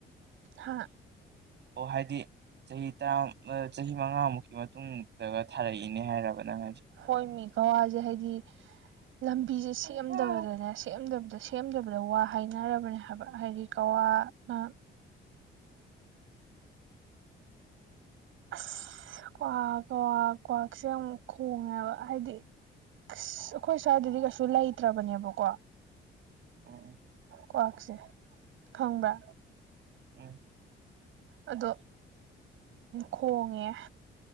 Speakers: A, on the right; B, on the right.
A: ꯍꯥ
B: ꯑꯣ ꯍꯥꯏꯗꯤ ꯆꯍꯤ ꯇꯔꯥ ꯆꯍꯤ ꯃꯉꯥꯃꯨꯛꯀꯤ ꯃꯇꯨꯡꯗꯒ ꯊꯥꯔꯛꯏꯅꯦ ꯍꯥꯏꯔꯕ ꯅꯪ ꯍꯥꯏꯁꯦ
A: ꯍꯣꯏ ꯃꯤ ꯀꯋꯥꯁꯦ ꯍꯥꯏꯗꯤ ꯂꯝꯕꯤꯁꯦ ꯁꯦꯝꯗꯕꯗꯅꯦ
B: ꯎꯝ
A: ꯁꯦꯝꯗꯕꯗ ꯁꯦꯝ ꯁꯦꯝꯗꯕꯗ ꯋꯥ ꯍꯥꯏꯅꯔꯕꯅꯦ ꯍꯥꯏꯕ ꯍꯥꯏꯗꯤ ꯀꯋꯥꯅ ꯑꯁ ꯀ꯭ꯋꯥꯛ ꯀ꯭ꯋꯥꯛ ꯀ꯭ꯋꯥꯛꯁꯦ ꯑꯃꯨꯛ ꯈꯣꯡꯉꯦꯕ ꯍꯥꯏꯗꯤ ꯑꯁ ꯑꯩꯈꯣꯏ ꯁ꯭ꯋꯥꯏꯗꯗꯤ ꯀꯩꯁꯨ ꯂꯩꯇ꯭ꯔꯕꯅꯦꯕꯀꯣ
B: ꯑꯣꯑꫭ
A: ꯀ꯭ꯋꯥꯛꯁꯦ ꯈꯪꯕ꯭ꯔ
B: <unintelligible>
A: ꯑꯗꯣ ꯈꯣꯡꯉꯦ